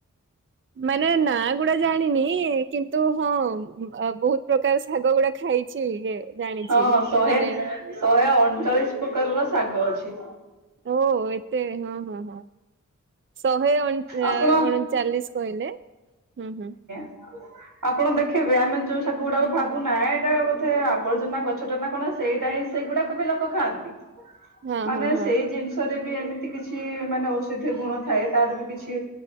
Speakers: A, on the right; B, on the right.
A: ମାନେ ନାଆଁ ଗୁଡା ଜାଣିନି କିନ୍ତୁ ହଁ ବହୁତ ପ୍ରକାର ଶାଗ ଗୁଡା ଖାଇ ଛି, ଏ ଜାଣିଛି।
B: ହଁ ଶହେ,
A: ମାନେ
B: ଶହେ ଅଣଚାଳିଶ ପ୍ରକାରର ଶାଗ ଅଛି।
A: ଓ ଏତେ ହଁ- ହଁ-ହଁ। ଶହେ ଅଣ
B: ଆପଣ
A: ଅଣଚାଲିଶ କହିଲେ, ହୁଁ-ହୁଁ।
B: ହ ଆପଣ ଦେଖିବେ ଆମେ ଯୋଉ ଶାଗ ଗୁଡାକ ଭାବୁନା ଏଇଟା ବୋଧେ ଆବର୍ଜନା ଗଛଟା ନା କଣ ସେଇଟା ହିଁ ସେଗୁଡାକ ବି ଲୋକ ଖାଆନ୍ତି,
A: ହଁ
B: ମାନେ
A: ହଁ ହଁ
B: ସେଇ ଜିନିଷ୍ <unintelligible> ବି ଏମିତି କିଛି ମାନେ ଔଷଧୀୟ ଗୁଣ ଥାଏ ତାର ବି କିଛି